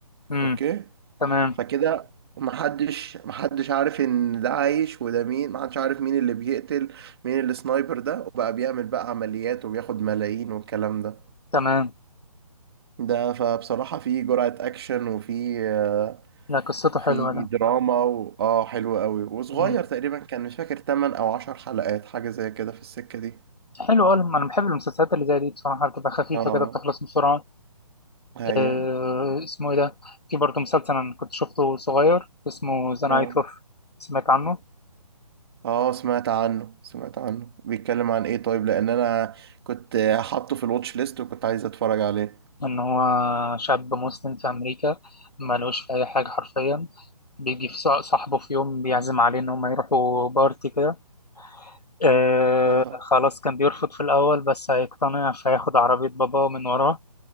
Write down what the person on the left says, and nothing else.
امم
تمام
تمام
لا قصته
حلوة ده
مم.
حلو أوي أنا بحب المسلسلات اللي زي دي بصراحة بتبقى خفيفة
كده بتخلص بسرعة
آه اسمه إيه ده في برضه مسلسل أنا كنت شفته صغير اسمه ذا نايت
أوف سمعت عنه
إن هو شاب مسلم في أمريكا ملوش في أي حاجة حرفيا بيجي في صا- صاحبه في يوم بيعزم عليه إن هما يروحوا بارتي كده آه
خلاص كان بيرفض في الأول بس هيقتنع فياخد عربية باباه من وراه